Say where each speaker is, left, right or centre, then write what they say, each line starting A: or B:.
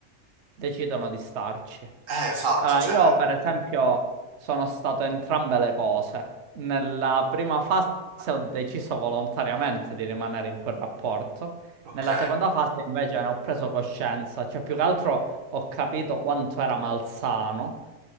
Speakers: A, on the right; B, on the right.
A: decidono di starci.
B: Eh, esatto,
A: Allora,
B: cioè...
A: io per esempio sono stato entrambe le cose. Nella prima fase ho deciso volontariamente di rimanere in quel rapporto,
B: Ok,
A: nella seconda fase invece ne ho preso coscienza, cioè più che altro ho capito quanto era malsano